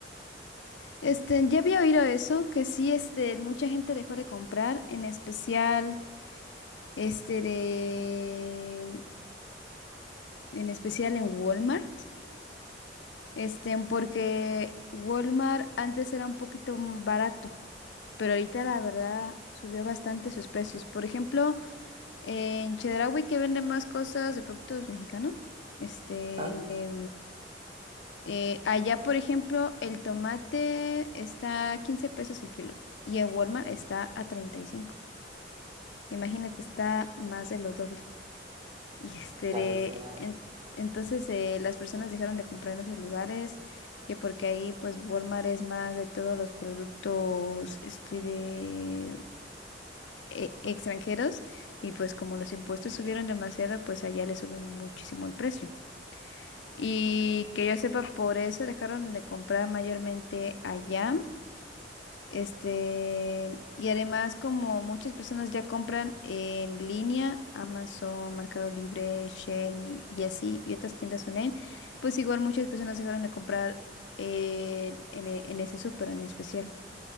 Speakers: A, on the left (about 80°); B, on the right (about 30°).
A: Este, ya había oído eso, que sí, este, mucha gente dejó de comprar, en especial, este, de, en especial en Walmart, este, porque Walmart antes era un poquito barato, pero ahorita la verdad subió bastante sus precios. Por ejemplo, en Chedraui que venden más cosas de productos mexicanos, este,
B: Ah,
A: Eh, allá, por ejemplo, el tomate está a 15 pesos el kilo y en Walmart está a 35. Imagínate, está más de lo doble. Y este,
B: Claro,
A: de-
B: será.
A: en- entonces eh, las personas dejaron de comprar en esos lugares, que porque ahí pues Walmart es más de todos los productos este, de, e- extranjeros y pues como los impuestos subieron demasiado, pues allá le suben muchísimo el precio. Y que yo sepa, por eso dejaron de comprar mayormente allá. Este, y además, como muchas personas ya compran en línea, Amazon, Mercado Libre, Shein y y así, y otras tiendas online, pues igual muchas personas dejaron de comprar eh, en, e- en ese súper en especial